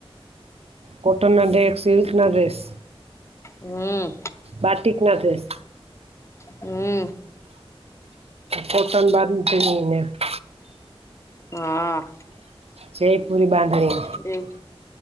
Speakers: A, on the right; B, on the left.
A: કોટનના ડ્રેસ સિલ્કના ડ્રેસ
B: હમ
A: બાટીક ના ડ્રેસ
B: હમ
A: કોટન બાંધણી <unintelligible>
B: હાહા
A: જયપુરી બાંધણી
B: એવું